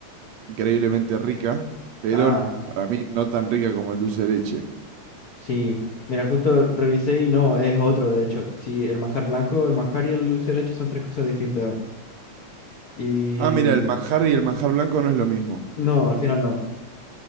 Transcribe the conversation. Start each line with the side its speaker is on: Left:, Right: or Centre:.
Right: increíblemente rica, pero
Left: Ah,
Right: para mí no tan rica como el dulce de leche.
Left: sí. Mira, justo revisé y no, es otro, de hecho. Sí, el manjar blanco, el manjar y el dulce de leche son tres cosas distintas. Y
Right: Ah, mira, el manjar y el manjar blanco no es lo mismo.
Left: No, al final no.